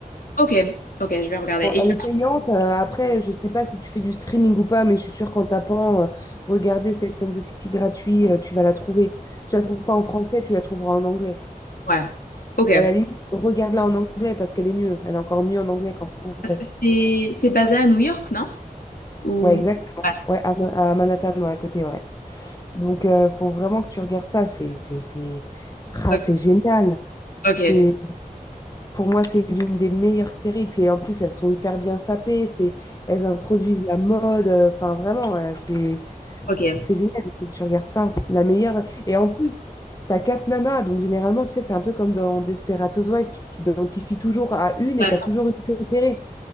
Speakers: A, on the left; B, on the left.
A: Ok, ok, je vais regarder.
B: Bon,
A: Et...
B: elle est payante. euh, après, je sais pas si tu fais du streaming ou pas, mais je suis sûre qu'en tapant euh, Regardez Sex and the City gratuit, euh, tu vas la trouver. Si tu la trouves pas en français, tu la trouveras en anglais.
A: Ouais, ok.
B: Et à la limite, regarde-la en anglais parce qu'elle est mieux. Elle est encore mieux en anglais qu'en français.
A: Parce que c'est c'est basé à New York, non? Ou
B: Ouais, exactement.
A: Ouais,
B: Ouais, à, Ma- à Manhattan, ouais, à côté, ouais. Donc, euh, faut vraiment que tu regardes ça. C'est, c'est, c'est, Ah,
A: ok,
B: c'est génial.
A: ok,
B: C'est, pour moi, c'est l'une des meilleures séries. Puis en plus, elles sont hyper bien sapées. C'est, elles introduisent la mode. euh, Enfin, vraiment, ouais, c'est,
A: ok.
B: c'est génial. Il faut que tu regardes ça. La meilleure. Et en plus, t'as quatre nanas. Donc, généralement, tu sais, c'est un peu comme dans Desperate Housewives. Tu t'identifies toujours à une
A: Ouais,
B: et t'as toujours une préférée.